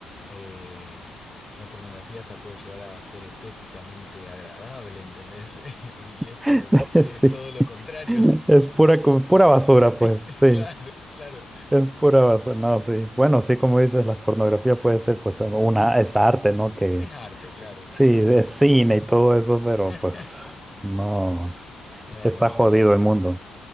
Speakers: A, on the left (about 20°); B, on the right (about 15°).
A: eh, la pornografía hasta puede llegar a ser estéticamente agradable, ¿entendés? <laughs> Y esto
B: <laughs>
A: es
B: Sí.
A: todo lo contrario.
B: <laughs> Es pura, co- pura basura, pues,
A: <laughs>
B: sí.
A: Claro, claro.
B: Es pura basura, no, sí. Bueno, sí, como dices, la pornografía puede ser, pues, una, es arte, ¿no? Que
A: Es arte, claro,
B: sí,
A: sí, sí.
B: es cine y todo eso, pero
A: <laughs>
B: pues, no, sí.
A: No,
B: Está
A: no,
B: jodido
A: pero
B: el mundo.